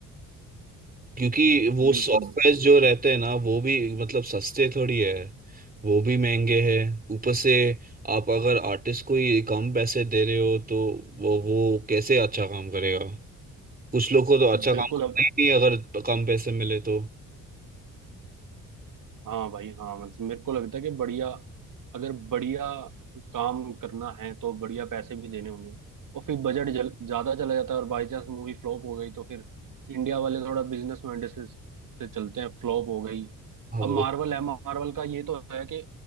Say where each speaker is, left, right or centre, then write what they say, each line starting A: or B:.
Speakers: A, on the right; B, on the right.
A: क्योंकि वो
B: बिल्कुल
A: सॉफ्टवेयर जो रहते हैं ना वो भी मतलब सस्ते थोड़ी है वो भी महंगे हैं ऊपर से आप अगर आर्टिस्ट को ही कम पैसे दे रहे हो तो वो वो कैसे अच्छा काम करेगा कुछ लोग को तो अच्छा
B: बिल्कुल
A: काम करना ही नहीं है, अगर कम पैसे मिले तो
B: हाँ भाई हाँ मतलब मेरे को लगता है कि बढ़िया अगर बढ़िया काम करना है तो बढ़िया पैसे भी देने होंगे और फिर बजट जल, ज्यादा चला जाता है और बाई चांस मूवी फ्लॉप हो गई तो फिर इंडिया वाले थोड़ा बिजनेस माइंड से, से चलते हैं फ्लॉप हो गई
A: हाँ वो
B: अब मार्वल है मार्वल का ये तो है कि